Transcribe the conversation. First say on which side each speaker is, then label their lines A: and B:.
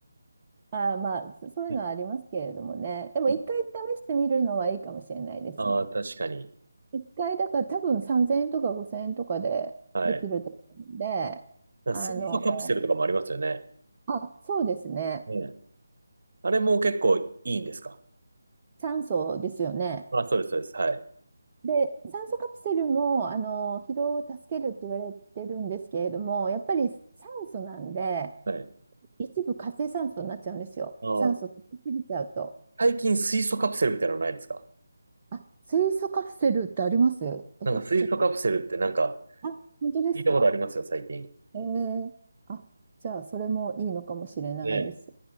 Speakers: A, on the right; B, on the right.
A: あー、まあ、そそういうのはありますけれどもね。
B: うん
A: でも、
B: うん
A: 一回試してみるのはいいかもしれないですね。
B: ああ、確かに。
A: 一回、だから多分3000円とか5000円とかでできると思うんで、
B: はい。なんか水素カプセルとかもありますよね。
A: あの、あ、そうですね。
B: ね。あれも結構いいんですか
A: 酸素ですよね。
B: あ、そうです、そうです。はい。
A: で、酸素カプセルも、あの、疲労を助けるって言われてるんですけれども、やっぱり酸素なんで、
B: はい。
A: 一部活性酸素になっちゃうんですよ。
B: ああ、
A: 酸素取りすぎちゃうと。
B: 最近水素カプセルみたいなのないですか
A: あ、水素カプセルってあります私ちょっと。
B: なんか水素カプセルってなんか
A: あ、本当ですか
B: 聞いたことありますよ、最近。
A: えー、あ、じゃあ、それもいいのかもしれないです。
B: ね。